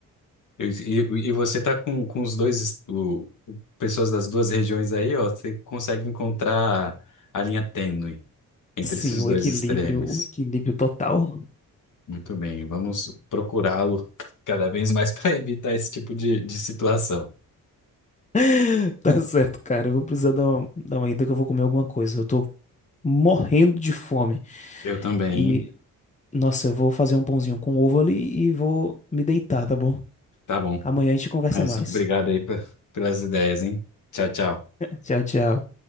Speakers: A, on the left (about 55°); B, on the left (about 20°).
A: E, e- e você tá com, com os dois, es- o- o- pessoas das duas regiões aí, ó, você consegue encontrar a linha tênue entre
B: Sim,
A: esses
B: o
A: dois
B: equilíbrio,
A: extremos.
B: o equilíbrio total.
A: Muito bem, vamos procurá-lo <laughs> cada vez mais <laughs> para evitar esse tipo de, de situação.
B: <laughs> Tá certo, cara. Eu vou precisar dar uma, dar uma ida que eu vou comer alguma coisa. Eu tô morrendo de fome.
A: Eu também,
B: E,
A: hein?
B: nossa, eu vou fazer um pãozinho com ovo ali e vou me deitar, tá bom?
A: Tá bom.
B: Amanhã a gente conversa
A: Mas
B: mais.
A: obrigado aí pe- pelas ideias, hein? Tchau, tchau.
B: Tchau, tchau.